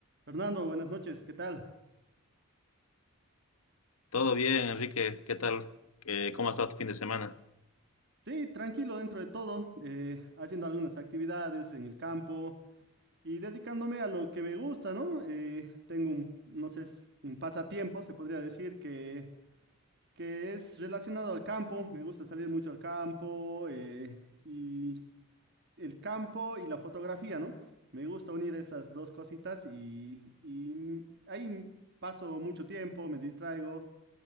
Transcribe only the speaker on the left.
Todo bien, Enrique. ¿Qué tal? Eh, ¿cómo ha estado tu fin de semana?